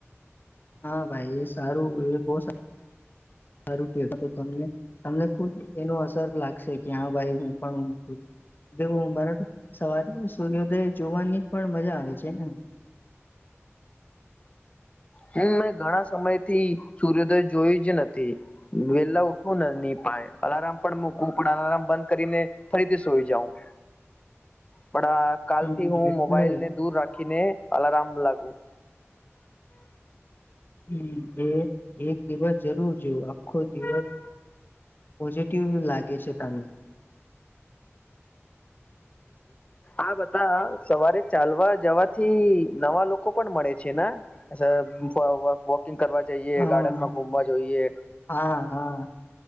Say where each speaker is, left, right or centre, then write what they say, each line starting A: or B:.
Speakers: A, on the left (about 45°); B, on the left (about 25°).
A: હા ભાઈ એ સારું એ બહુ સા સારું કેતો તો તમને તમને ખુદ એનો અસર લાગશે કે હા ભાઈ હું પણ હું દવું મારા તો સવારે સૂર્યો્યોદય જોવાની પણ મજા આવે છે ને <inaudible>
B: હમ મેં ઘણા સમય થી સૂર્યોદય જોયું જ નથી વેલા ઉઠવું ન અલારમ પણ મકું પણ અલાર્મ બંધ કરીને ફરીથી સોઈ જાાવં
A: <inaudible>
B: પણ કાલથી
A: હમ
B: હું
A: એટલે
B: મોબાઈલ ને દૂર રાખીને અલારમ લાગુ
A: હમ એ એક દિવસ જરૂર જોવ આખો દિવસ પઝિટીવ લાગે છે તમને
B: આ બતા સવારે ચાલવા જવાથી નવા લોકો પણ મળે છે વોકિગ કરવા જઈએ
A: હા
B: ગાર્ડનમાં ઘુમવા જોઈએ
A: હા હા